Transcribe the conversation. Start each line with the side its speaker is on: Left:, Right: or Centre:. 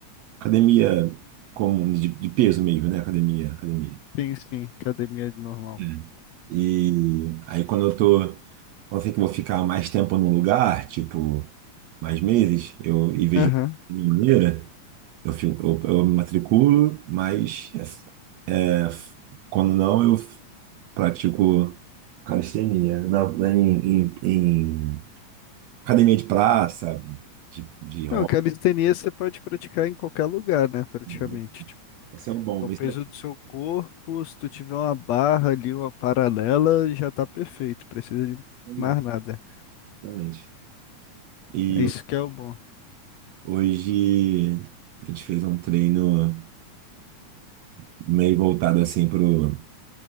Right: Academia comum, de, de peso mesmo, né? Academia, academia.
Left: Sim, sim, academia normal.
Right: É. E aí quando eu tô. Quando eu sei que eu vou ficar mais tempo num lugar, tipo, mais meses, eu e vejo
Left: Aham.
Right: de maneira, eu, fico- eu, eu me matriculo, mas é É, Quando não, eu pratico calistenia na, na- em, em- em academia de praça, de, de rock.
Left: Não, calistenia você pode praticar em qualquer lugar, né? Praticamente.
Right: Uhum. Esse é o bom,
Left: É O
Right: esse
Left: peso
Right: é o
Left: do seu corpo, se tu tiver uma barra ali, uma paralela, já tá perfeito. Precisa de
Right: bom,
Left: mais nada.
Right: exatamente. E
Left: É isso que é o bom.
Right: hoje a gente fez um treino meio voltado assim pro,